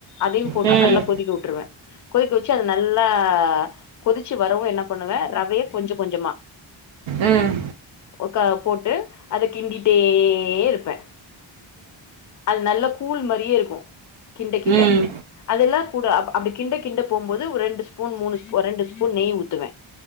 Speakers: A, on the left; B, on the right.
A: அதையு போட்டு
B: ம் ம்
A: நல்லா கொதிக்க உட்டுருவே கொதிக்க வெச்சி அது நல்லா கொதிச்சி வரவு என்ன பண்ணுவே ரவையக் கொஞ்ச கொஞ்சமா
B: ம் ம்
A: ஒருக்கா போட்டு அத கிண்டிட்டே இருப்பே அது நல்ல கூழ் மாரியே இருக்கு கிண்டக் கிண்ட
B: ம்
A: அதெல்லா கூட அப் அப்டி கிண்டக் கிண்ட போம்போ து ஒரு ரெண்டு ஸ்பூன் மூணு ஸ் ரெண்டு ஸ்பூன் நெய் ஊத்துவே